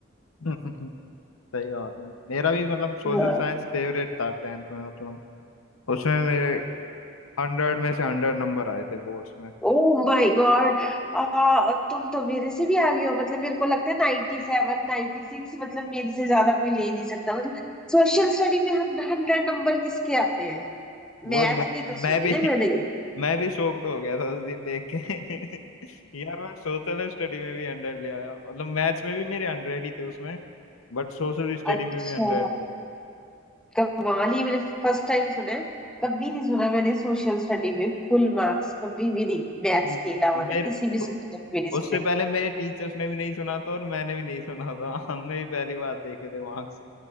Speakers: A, on the left; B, in the centre.
A: <laughs> सही बात है मेरा भी मतलब सोशल
B: यार
A: साइंस फेवरेट था टेंथ में मतलब उसमें मेरे हंड्रेड में से हंड्रेड नंबर आए थे बोर्ड्स में
B: ओ माय गॉड आ तुम तो मेरे से भी आगे हो मतलब मेरे को लगता है 97 96 मतलब मेरे से ज्यादा कोई ले ही नहीं सकता मतलब सोशल स्टडी में हंड्रेड नंबर किसके आते हैं
A: वो
B: मैथ
A: मैं,
B: में तो
A: मैं
B: सुने
A: भी
B: हैं मैंने
A: मैं भी शॉक्ड हो गया था उस दिन देख के <laughs> यार मैं सोशल स्टडी में भी हंड्रेड ले आया मतलब मैथ्स में भी मेरे हंड्रेड ही थे उसमें बट सोशल स्टडी
B: अच्छा
A: में भी हंड्रेड थे
B: कव्वाली मैंने फर्स्ट टाइम सुना है कभी नहीं सुना मैंने सोशल स्टडी में फुल मार्क्स कभी भी नहीं मैथ्स
A: न-
B: के अलावा
A: मेरे
B: ना किसी भी
A: उ-
B: सब्जेक्ट में नहीं
A: उससे
B: सुने
A: पहले मेरे टीचर्स ने भी नहीं सुना था और मैंने भी नहीं सुना था <laughs> हमने भी पहली बार देखे थे वहां से